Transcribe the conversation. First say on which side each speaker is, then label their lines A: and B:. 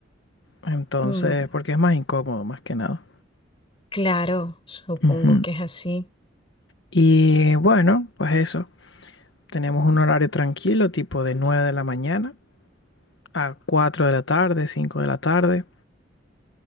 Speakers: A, on the left (about 80°); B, on the left (about 30°).
A: Entonces,
B: Mm.
A: porque es más incómodo, más que nada.
B: Claro, supongo
A: Ujú.
B: que es así.
A: Y bueno, pues eso. Tenemos un horario tranquilo, tipo de 9 de la mañana a 4 de la tarde, 5 de la tarde.